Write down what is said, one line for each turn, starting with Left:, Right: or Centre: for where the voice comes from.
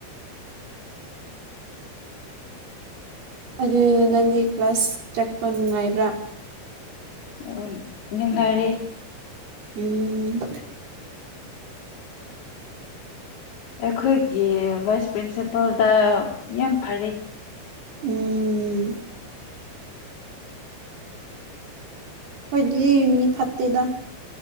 Right: ꯑꯗꯨ ꯅꯪꯒꯤ ꯀ꯭ꯂꯥꯁ ꯆꯛꯄ ꯉꯥꯏꯕ꯭ꯔꯥ
Left: ꯎ ꯅꯨꯡꯉꯥꯏꯔꯦ
Right: ꯎꯝ
Left: ꯑꯩꯈꯣꯏꯒꯤ ꯚꯥꯏꯁ ꯄ꯭ꯔꯤꯟꯁꯤꯄꯜꯗ ꯌꯥꯝ ꯐꯔꯦ
Right: ꯎꯝ ꯍꯣꯏꯗꯤ ꯃꯤ ꯐꯠꯇꯦꯗ